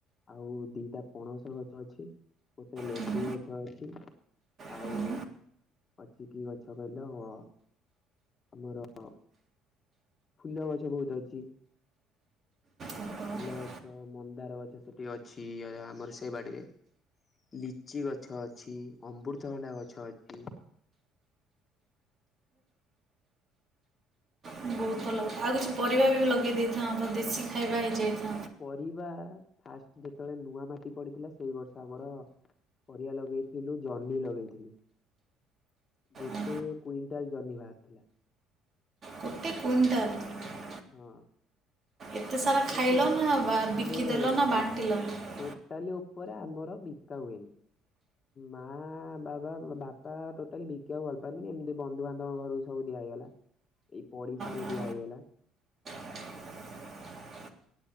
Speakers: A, on the left; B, on the right.
A: ଆଉ ଦିଟା ପଣସ ଗଛ ଅଛି, ଗୋଟେ ଲେମ୍ବୁ
B: ହୁଁ,
A: ଗଛ ଅଛି। ଆଉ,
B: ହୁଁ,
A: ଅଛି କି ଗଛ କହିଲେ ହବ? ଆମର ଅ ଫୁଲ ଗଛ ବହୁତ ଅଛି।
B: ଆମ୍ବ,
A: ବିଲ ଗଛ, ମନ୍ଦାର ଗଛ, ସେଠି ଅଛି ଆମର ସେ ବାଡିରେ। ଲିଚି ଗଛ ଅଛି, ଅମୃତଭଣ୍ଡା ଗଛ ଅଛି,
B: ବହୁତ ଭଲ ଆଉ କିଛି ପରିବା ବି ଲଗେଇ ଦେଇଥାଆନ୍ତ। ଦେଶୀ ଖାଇବା ହେଇଯାଇଥା
A: ପରିବା-ଆ ଫାଷ୍ଟ ଯେତେବେଳେ ନୂଆ ମାଟି ପଡିଥିଲା। ସେଇ ବର୍ଷ ଆମର ପରିବା ଲଗେଇଥିଲୁ, ଜହ୍ନି ଲଗେଇଥିଲୁ। ଗୋଟେ
B: ଉଁ,
A: କୁଇଣ୍ଟାଲ ଜହ୍ନି ବାହାରି ଥିଲା।
B: ଗୋଟେ କୁଇଣ୍ଟାଲ!
A: ହଁ।
B: ଏତେ ସାରା
A: ମାନେ
B: ଖାଇଲ
A: ସେବ୍
B: ନା ବା-
A: ମାନେ
B: ବିକିଦେଲ ନା
A: ସବ୍
B: ବାଣ୍ଟିଲ ହଁ,
A: ଟୋଟାଲି ଉପରେ ଆମର ବିକା ହୁଏନି। ମା ବାବା ବାପା ଟୋଟାଲି ବିକିବାକୁ ଭଲ ପାଆନ୍ତିନି ଏମିତି ବନ୍ଧୁ ବାନ୍ଧବଙ୍କ ଘର ସବୁ ଦେ ଇଗଲା ଏଇ ପଡିଶାରେ
B: ହଁ।
A: ଦିଆ ହେଇଗଲା।
B: <inaudible>